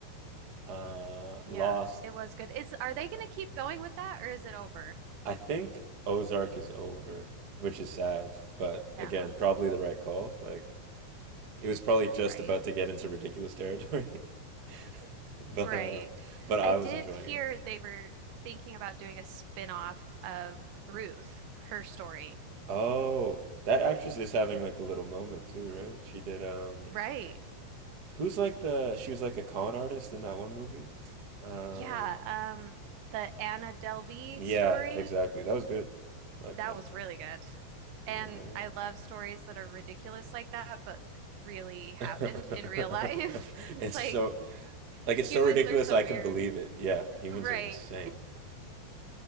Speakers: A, on the right; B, on the right.
A: Uh,
B: Yeah,
A: Lost.
B: it was good. Is are they going to keep going with that or is it over?
A: I think Ozark is over, which is sad. But
B: Yeah,
A: again, probably the right call. Like it was probably just
B: right.
A: about to get into ridiculous territory, <laughs> but
B: Right.
A: uh, but I
B: I did
A: was enjoying
B: hear
A: it.
B: they were thinking about doing a spin-off of Ruth, her story.
A: Oh, that actress is having like a little moment too, right? She did um,
B: Right.
A: who's like the she was like a con artist in that one movie. Um,
B: Yeah, um, the Anna Delvey
A: yeah,
B: story,
A: exactly. That was good. I like
B: that
A: that.
B: was really good.
A: Yeah.
B: And I love stories that are ridiculous like that, but really happened
A: <laughs>
B: in real life. <laughs> It's
A: it's
B: like
A: so like
B: humans
A: it's so ridiculous
B: are so
A: I
B: weird.
A: can believe it. Yeah, humans
B: Right.
A: are insane.